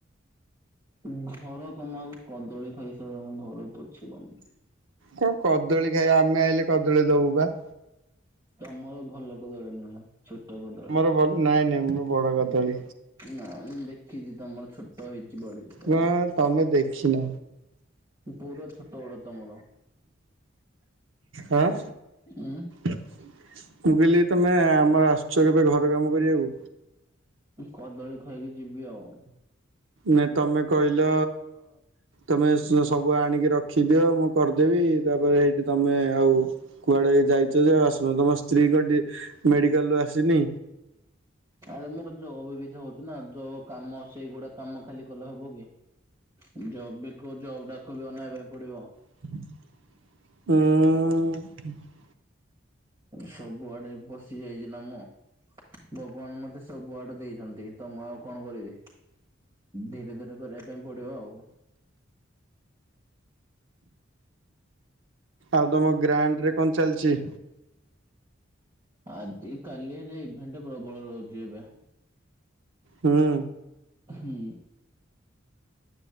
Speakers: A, on the right; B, on the right.
A: ହୁଁ ଘର ତମେ ଆଗ କଦଳୀ ଖାଇସାରମ ଘର ପଛେ କାମ
B: କା କଦଳୀ ଖାଇବା ଆମେ ଆଇେଲେ କଦଳୀ ଦବୁ ବା।
A: ତମର ଭଲ କଦଳି ନୁହେଁ ଛୋଟ କଦଳୀ।
B: ଆମର ଭଲ ନାଇଁ ନାଇଁ ମୋର ବଡ କଦଳୀ।
A: ନାଇଁ ମୁଁ ଦେଖିଚି ତମର ଛୋଟ ହେଇଚି ବଡିରେ ତମର।
B: କଣ ତମେ ଦେଖିନ।
A: ପୁରା ଛୋଟ ବଡ ତମର
B: ଆଁ।
A: ଉଁ।
B: ମୁଁ କହିଲି ତମେ ଆମର ଆସୁଚ କେବେ ଘର କାମ କରିବାକୁ?
A: କଦଳୀ ଖାଇକି ଯିବି ଆଉ।
B: ନାଇଁ ତମେ କହିଲ ତମେ ସ ସବୁ ଆଣିକି ରଖିଦିଅ ମୁଁ କରିଦେବି। ତାପରେ ସେଇଠି ତମେ ଆଉ କୁଆଡେ ଯାଇଛ ଯେ ଆସୁନ। ତମ ସ୍ତ୍ରୀ କଣ ଟିକେ ମେଡିକାଲ ରୁ ଆସିନି।
A: ଆରେ ମୋର ଯୋଉ <unintelligible> ହଉଥିଲା ଯୋଉ କାମ ସେଇଗୁଡା କାମ ଖାଲି କଲେ ହବ କି ଜବ୍ ବି କୋଉ ଜବ ଡାକୁ ବି ଅନେଇବା ପାଇଁ ପଡିବ।
B: ହୁଁ-ଉ-ଉ ହୁ-ଉ-ଉ।
A: ସବୁଆଡେ ବସି ଯାଇଛି ନା ମୁ। ଭଗବାନ ମତେ ସବୁ ଆଡୁ ଦେଇଛନ୍ତି ତ ମୁଁ ଆଉ କଣ କରିବି। ଧୀରେ ଧୀରେ କରିବା ପାଇଁ ପଡିବ ଆଉ।
B: ଆଉ ତମ ଗ୍ରାଣ୍ଡ୍ ରେ କଣ ଚାଲିଛି?
A: ଆଜି କାଲି ହେଇନେ ଇଭେଣ୍ଟ୍ ପ୍ରବଳ ରହୁଛି ଏବେ।
B: ହୁଁ।
A: ହୁଁ।